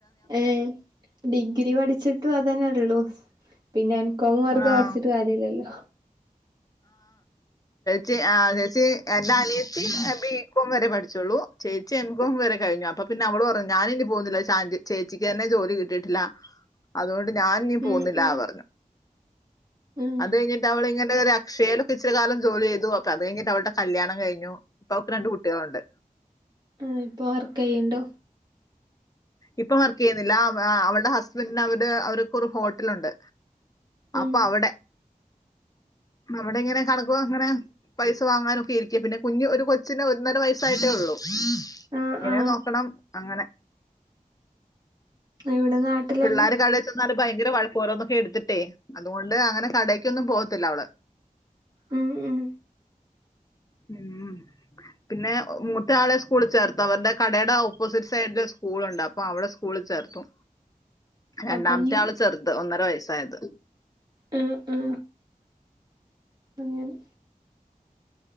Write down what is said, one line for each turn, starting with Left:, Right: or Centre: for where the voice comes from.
Right: ഏ ഡിഗ്രി പഠിച്ചിട്ടും അതന്നെ ഉള്ളു പിന്നെ എംകോം വെർതെ
Left: ആ.
Right: പഠിച്ചിട്ട് കാര്യല്ലല്ലോ
Left: ചേ ആ ചേച്ചി എന്റെ അനിയത്തി ബി ക്കോം വരെ പഠിച്ചൊള്ളൂ ചേച്ചി എം കോം വരെ കഴിഞ്ഞു അപ്പൊ പിന്നെ അവള് പറഞ്ഞു ഞാനിനി പോവുന്നില്ല ശാ ചേച്ചിക്കെന്നെ ജോലി കിട്ടിട്ടില്ല അതൊണ്ട് ഞാനിനി
Right: ഉം
Left: പോവുന്നില്ല
Right: ഉം
Left: പറഞ്ഞു
Right: ഉം
Left: അത് കഴിഞ്ഞിട്ടവളിങ്ങനൊഅ അക്ഷയേലൊക്കെ ഇച്ചരി കാലം ജോലി ചെയ്തു അപ്പൊ അത് കഴിഞ്ഞിട്ട് അവളുടെ കല്യാണം കഴിഞ്ഞു ഇപ്പം അവൾക്ക് രണ്ട് കുട്ട്യേൾണ്ട്
Right: ആ ഇപ്പൊ വർക്കെയ്യ്ണ്ടോ
Left: ഇപ്പം വർക്കെയ്യിന്നില്ല അ് അവള്ടെ ഹസ്ബൻഡന് അവടെ അവര് ക്കൊരു ഹോട്ടലുണ്ട്
Right: ഉം
Left: അപ്പൊ അവിടെ അവടെ ങ്ങനെ കണക്കോ ങ്ങനെ പൈസ വാങ്ങാനൊക്കെ ഇരിക്ക പിന്നെ കുഞ്ഞ് ഒരു കൊച്ചിന് ഒന്നര വയസ്സായിട്ടേ ഉള്ളു
Right: ആ
Left: കുഞ്ഞിനെ
Right: ആ
Left: നോക്കണം അങ്ങനെ
Right: ഇവിടെ നാട്ടിലെന്നെ
Left: പിള്ളേര് കടയിൽ ചെന്നാല് ഭയങ്കര വഴക്ക് പറി ഓരോന്നൊക്കെ ട്ത്തിട്ടേ അതുകൊണ്ട് അങ്ങനെ കടേക്കൊന്നും പോവത്തില്ല വള്
Right: ഉം ഉം
Left: ഉം പിന്നെ മൂത്തയാളെ സ്കൂളി ചേർത്തു അവര്ടെ കടെടെ ഓപ്പോസിറ്റ് സൈഡില് സ്കൂൾണ്ട് അപ്പൊ അവളെ സ്കൂളിൽ ചേർത്തു രണ്ടാമത്തെ
Right: അപ്പൊ ഇനി
Left: ആള് ചെറ്ത് ഒന്നര വയസ്സ് സായത്
Right: അ ആ അങ്ങനെ